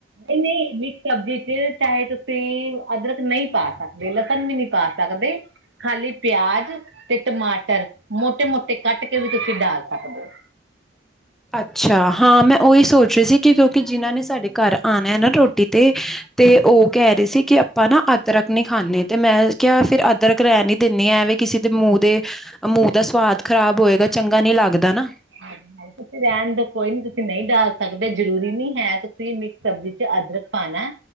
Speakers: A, on the right; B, in the centre.
A: ਇਹ ਨਹੀਂ ਮਿਕਸ ਸਬਜ਼ੀ ਚ ਚਾਹੇ ਤੁਸੀਂ ਅਦਰਕ ਨਹੀਂ ਪਾ ਸਕਦੇ, ਲਸਣ ਵੀ ਨੀ ਪਾ ਸਕਦੇ। ਖਾਲੀ ਪਿਆਜ ਤੇ ਟਮਾਟਰ, ਮੋਟੇ-ਮੋਟੇ ਕੱਟ ਕੇ ਵੀ ਤੁਸੀਂ ਡਾਲ ਸਕਦੇ ਹੋ।
B: ਅੱਛਾ ਹਾਂ, ਮੈਂ ਉਹੀ ਸੋਚ ਰਹੀ ਸੀ ਕਿ ਕਿਉਂਕਿ ਜਿਨਾਂ ਨੇ ਸਾਡੇ ਘਰ ਆਉਣਾ ਹੈ ਨਾ ਰੋਟੀ ਤੇ। ਤੇ ਉਹ। ਕਹਿ ਰਹੇ ਸੀ, ਕਿ ਆਪਾਂ ਨਾ ਅਦਰਕ ਨਹੀਂ ਖਾਂਦੇ ਤੇ ਮੈਂ ਕਿਹਾ ਫਿਰ ਅਦਰਕ ਰਹਿਣ ਨੀ ਦਿੰਨੀ ਆਂ, ਐਵੇਂ ਕਿਸੇ। ਤੇ ਮੂੰਹ ਦੇ, ਮੂੰਹ ਦਾ ਸਵਾਦ ਖ਼ਰਾਬ ਹੋਏਗਾ, ਚੰਗਾ ਨੀ ਲੱਗਦਾ ਨਾ।
A: ਹਾਂ। <unintelligible> ਤੁਸੀਂ ਰਹਿਣ ਦੋ, ਕੋਈ ਨੀ ਤੁਸੀਂ ਨਹੀਂ ਡਾਲ ਸਕਦੇ, ਜਰੂਰੀ ਨੀ ਹੈ ਤੁਸੀਂ ਮਿਕਸ ਸਬਜ਼ੀ ਚ ਅਦਰਕ ਪਾਣਾ।